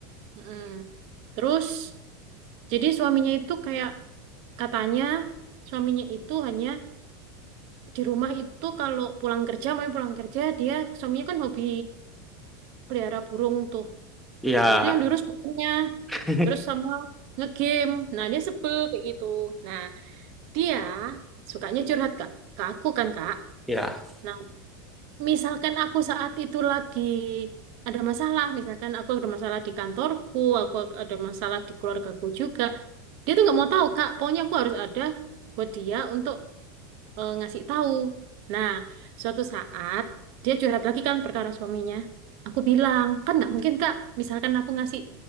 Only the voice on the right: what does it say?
Mm-mm. Terus jadi suaminya itu kayak katanya suaminya itu hanya di rumah itu kalau pulang kerja, mau pulang kerja dia suaminya kan hobi pelihara burung tuh.
Nah itu yang diurus burungnya.
Terus sama ngegame. Nah dia sebel kayak gitu. Nah Dia sukanya curhat Kak, ke aku kan Kak.
Nah, misalkan aku saat itu lagi ada masalah, misalkan aku ada masalah di kantorku, aku ada masalah di keluargaku juga, dia tuh nggak mau tahu Kak. Pokoknya aku harus ada buat dia untuk eh, ngasih tahu. Nah, suatu saat dia curhat lagi kan perkara suaminya. Aku bilang kan nggak mungkin Kak. Misalkan aku ngasih